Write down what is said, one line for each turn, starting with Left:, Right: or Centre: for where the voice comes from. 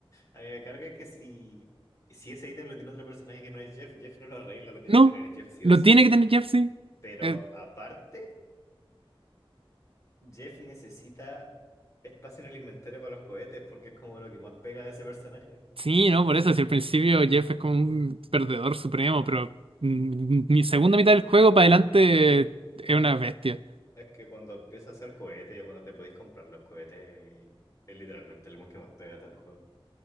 Left: a mí me carga que si, si ese ítem lo tiene otro personaje que no es Jeff, Jeff no lo arregla, lo tiene
Right: No,
Left: que tener Jeff sí
Right: lo
Left: o sí.
Right: tiene que tener Jeff, sí.
Left: Pero
Right: Eh,
Left: aparte, Jeff necesita espacio en el inventario para los cohetes porque es como lo que más pega de ese personaje.
Right: sí, no, por eso, si al principio Jeff es como un perdedor supremo, pero mm, mi segunda mitad del juego para adelante es una bestia.
Left: Es que cuando empieza a hacer cohetes o cuando te podéis comprar los cohetes, él es literalmente el mon que más pega a todo el juego.